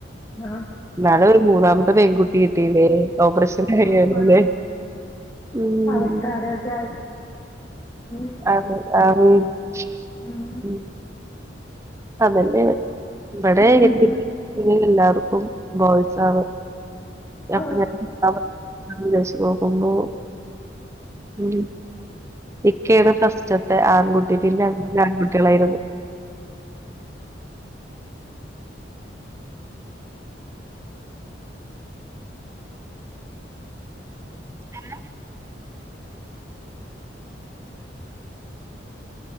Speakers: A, on the left; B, on the right.
A: ആഹ്
B: എന്നാലെ ഒരു മൂന്നാമത്തെ പെൺകുട്ടി കിട്ടല്ലേ ഓപ്പറേഷൻ
A: ആഹ്
B: കഴിയാനല്ലേ ഉം
A: അവർക്ക് ആരോഗ്യ <unintelligible>
B: <unintelligible>
A: ഉം
B: അതല്ലേ ഇവിടെ
A: ഉം
B: എഹ് എല്ലാവർക്കും ബോസാവ അപ്പൊ
A: ഓ
B: <unintelligible> പോക്കുമ്പോ ഉം ഇക്കാണ് ഫസ്റ്റത്തെ ആൺകുട്ടി പിന്നെ ആൺകുട്ടികളായിരുന്നു <unintelligible>